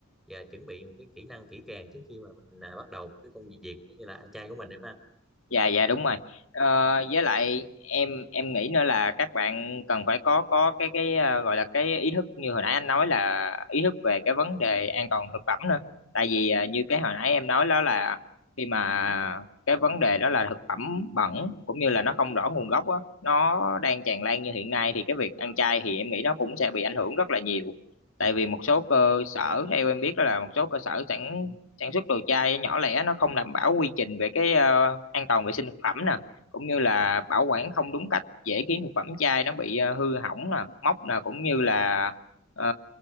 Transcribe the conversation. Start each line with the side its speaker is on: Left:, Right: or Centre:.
Centre: và chuẩn bị một cái kỹ năng kỹ càng trước khi mà mình ờ, bắt đầu một cái công việc như là ăn chay của mình em ha.
Left: dạ dạ đúng rồi ờ, với lại em em nghĩ nữa là các bạn cần phải có có cái cái ờ, gọi là cái ý thức như hồi nãy anh nói là ý thức về cái vấn đề an toàn thực phẩm nữa tại vì ờ, như cái hồi nãy em nói đó là khi mà cái vấn đề đó là thực phẩm bẩn cũng như là nó không rõ nguồn gốc á nó đang tràn lan như hiện nay thì cái việc ăn chay thì em nghĩ nó cũng sẽ bị ảnh hưởng rất là nhiều tại vì một số cơ sở theo em biết đó là một số cơ sở sẵn sản xuất đồ chai nhỏ lẻ nó không đảm bảo quy trình về cái ờ, an toàn vệ sinh thực phẩm nè cũng như là bảo quản không đúng cách dễ khiến thực phẩm chai nó bị ờ, hư hỏng nè mốc nè cũng như là ờ,